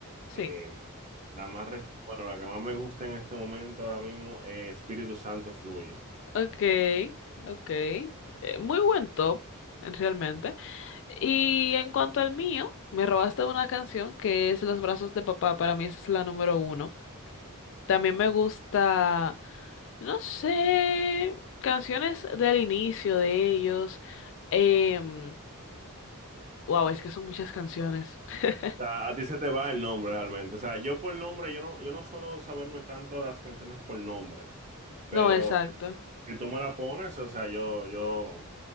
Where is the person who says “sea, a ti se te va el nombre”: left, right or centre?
Right